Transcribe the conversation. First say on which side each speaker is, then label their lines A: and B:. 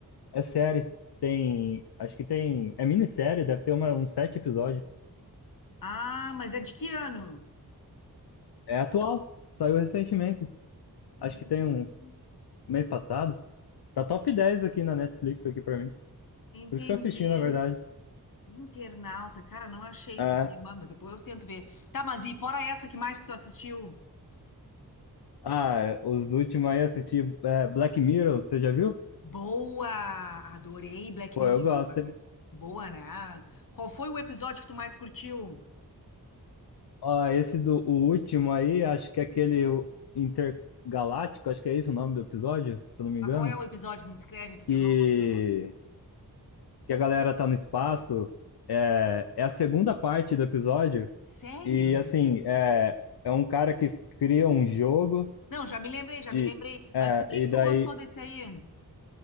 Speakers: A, on the left (about 85°); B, on the left (about 60°).
A: É série. Tem. Acho que tem. É minissérie, deve ter uma, uns sete episódios.
B: Ah, mas é de que ano?
A: É atual. Saiu recentemente.
B: Hum,
A: Acho que tem um mês passado. Tá top 10 aqui na Netflix aqui pra mim.
B: entendi.
A: Por isso que eu assisti, na verdade.
B: Internauta, cara, não achei isso
A: É.
B: aqui. Mas depois eu tento ver. Tá, mas e fora essa, que mais que tu assistiu?
A: Ah, os últimos aí eu assisti é, Black Mirror, você já viu?
B: Boa! Adorei Black
A: Pô,
B: Mirror.
A: eu gosto, hein?
B: Boa, né? Qual foi o episódio que tu mais curtiu?
A: Ó, esse do o último aí, acho que é aquele o Intergaláctico, acho que é esse o nome do episódio, se eu não me
B: Mas
A: engano.
B: qual é o episódio? Me descreve, porque
A: Que
B: eu não vou saber o nome.
A: que a galera tá no espaço. É, é a segunda parte do episódio.
B: Sério?
A: E assim, é, é um cara que cria um jogo
B: Não, já me lembrei, já
A: de.
B: me lembrei.
A: é,
B: Mas por que
A: e
B: que
A: daí.
B: tu gostou desse aí?